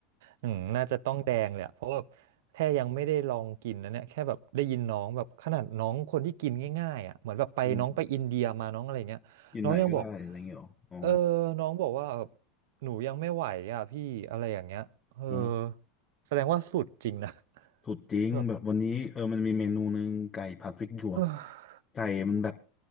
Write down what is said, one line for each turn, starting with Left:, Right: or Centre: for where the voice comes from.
Right: อืมน่าจะต้องแดงเลยอะเพราะว่าแค่ยังไม่ได้ลองกินนะเนี่ยแค่แบบได้ยินน้องแบบขนาดน้องคนที่กินง่ายๆอ่ะเหมือนแบบไปน้องไปอินเดียมาน้องอะไรเงี้ยน้องยังบอก
Left: อืมกินไหนก็ได้อะไรเงี้ยหรออ๋อ
Right: เออน้องบอกว่าแบบหนูยังไม่ไหวอ่ะพี่อะไรอย่างเงี้ยเออ
Left: อืม
Right: แสดงว่าสุดจริงนะ
Left: สุดจริงแบบวันนี้เออมันมีเมนูหนึ่งไก่ผัดพริกหยวก
Right: แบบเออ
Left: ไก่มันแบบ